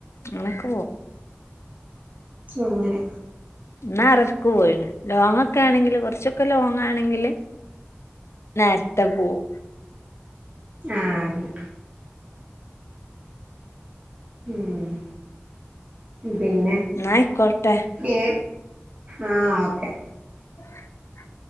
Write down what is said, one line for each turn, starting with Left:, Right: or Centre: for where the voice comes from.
Left: അ നക്ക് വോ
Right: ഉം ങ്ങനെ
Left: ന്ന് ആറരക് പോയിണ് ലോങ്ങൊക്കെ ആണെങ്കില് കൊറച്ചൊക്കെ ലോങ്ങ ആണെങ്കില് നേരത്തെ പോവു
Right: ആ അങ്ങനെ ഉമ് പിന്നെ
Left: ന്ന ഐകോട്ടെ
Right: ക്കെ ആഹ് ഓക്കെ
Left: <inaudible>